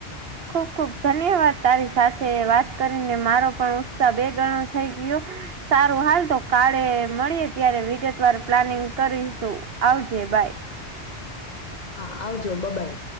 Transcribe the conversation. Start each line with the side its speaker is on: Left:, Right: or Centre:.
Right: ખુબ ખુબ ધન્યવાદ તારી સાથે વાત કરીને મારો પણ ઉત્સાહ બે ગણો થઈ ગયો સારું હાલ તો કાલે મળીએ ત્યારે વિગતવાર પ્લાનિંગ કરીશું આવજે બાય
Left: હા આવજો બબાઈ